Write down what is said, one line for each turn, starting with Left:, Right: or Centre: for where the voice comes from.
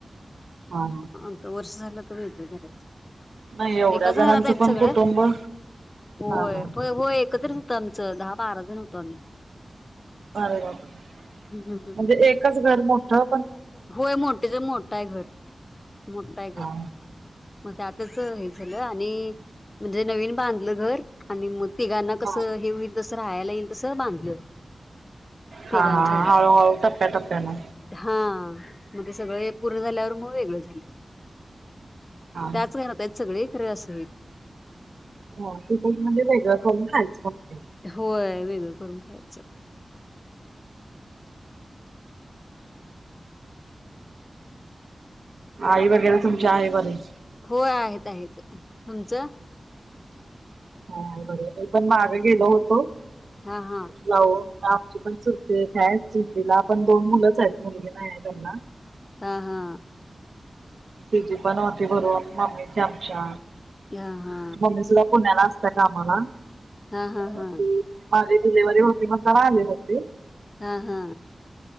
Right: हा
Left: आता वर्ष झालं आता वेगळं झाल्यात.
Right: नाही एवढ्या
Left: एकाच घरात
Right: जणांचं
Left: आहेत
Right: पण
Left: सगळं,
Right: कुटुंब हा
Left: होय
Right: हा
Left: होय. एकत्रच होतं आमचं, दहा बारा जण होतो आम्ही.
Right: अरे बापरे
Left: हम्म, हम्म.
Right: म्हणजे एकच घर मो ह.
Left: होय मोठ्च्या मोठाय घर मोठाय घर.
Right: हा
Left: मग त्यातच हे झालं आणि म्हणजे नवीन बांधलं घर. आणि मग तिघांना कसं
Right: हा
Left: हे व्हील तसं राहायला येईल तस बांधलं
Right: हा
Left: तिघांच्याला
Right: हा हळूहळू टप्प्याटप्प्यानं
Left: हा... मग ते सगळं एक पूर्ण झाल्यावर मग वेगळं झालं.
Right: हा
Left: त्याच घरात आहेत सगळी खरे असं...
Right: हो तिथंच <inaudible>
Left: होय वेगळी करून खायचं
Right: आई वगैरे तुम <unintelligible>
Left: होय आहेत आहेत तुमचं.
Right: ह <unintelligible> केलो होतो
Left: हा हा
Right: जाऊ आमची पण चुलती एक आहे चुलतीला पण दोन मुलं सा आहेत मुलगी नाही आहे त्यांना
Left: हा हा.
Right: तीजी पण वटी भरून मम्मीची आमच्या
Left: हा हा
Right: ऑफिसला पुण्याला असतोय कामाला
Left: हा हा हा.
Right: ती माझी डिलिव्हरी होती म्हणताना आले होते.
Left: हा हा.